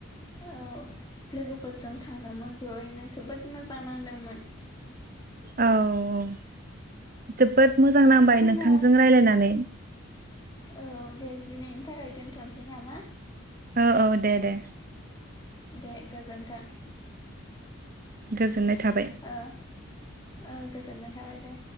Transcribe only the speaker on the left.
औ। लोगोफोरजों थांदोंमोन जयैनो जोबोद मोजां नांदोंमोन।
जोंना
औ दे दिनैनि थाखाय दोन्थ'नोसै नामा?
दे गोजोनथों।
आ ओ गोजोनाय थाबाय दे।